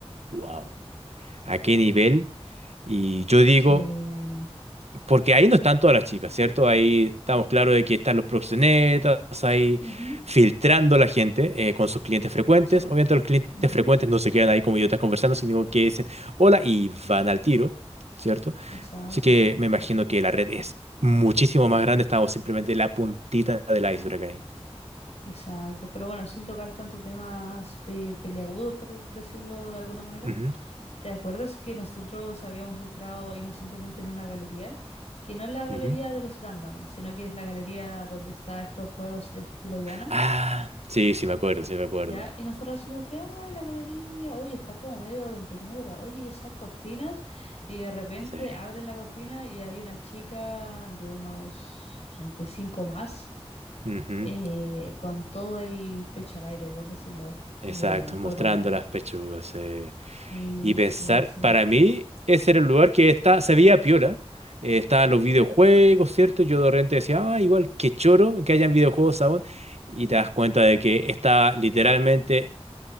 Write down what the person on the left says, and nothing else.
sí,
ujú,
sí, po,
ujú,
exacto,
exacto. Pero bueno, sin tocar tantos temas pe- peliagudos, por decirlo de alguna manera.
¿Te acuerdas que nosotros habíamos entrado inocentemente en una galería? Que no es la galería
de los Gundam, sino que es la galería donde está estos juegos de estilo Diana,
¿ya? Y nosotros así como que, ay, la galería, oye, está como medio en penumbra, oye, y esas cortinas, y de repente
abren la cortina y hay una chica de unos 35 más,
eh, con todo el pecho al aire, por decirlo
de la mejor
manera.
Sí,
sí, sí.